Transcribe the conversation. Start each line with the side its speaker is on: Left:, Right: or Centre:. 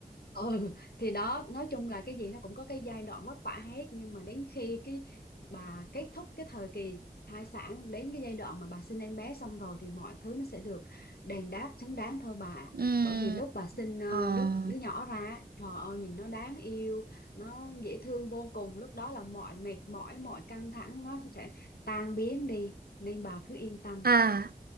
Left: ừ thì đó nói chung là cái gì nó cũng có cái giai đoạn vất vả hết nhưng mà đến khi cái bà kết thúc cái thời kỳ thai sản đến cái giai đoạn mà bà sinh em bé xong rồi thì mọi thứ nó sẽ được đền đáp xứng đáng thôi bà ạ.
Right: Ừm,
Left: bởi vì lúc bà sinh ờ,
Right: ờ.
Left: đứa đứa nhỏ ra á, trời ơi nhìn nó đáng yêu nó dễ thương vô cùng lúc đó là mọi mệt mỏi mọi căng thẳng nó sẽ tan biến đi nên bà cứ yên tâm
Right: À,